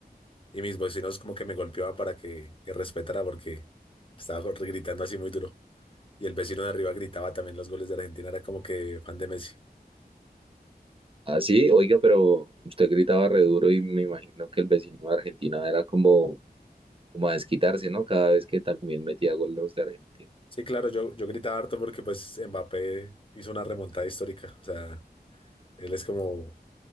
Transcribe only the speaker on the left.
Y mis vecinos como que me golpeaban para que, que respetara porque estaba gr- gritando así muy duro. Y el vecino de arriba gritaba también los goles de Argentina, era como que fan de Messi.
Sí, claro, yo, yo gritaba harto porque pues Mbappé hizo una remontada histórica. O sea, él es como,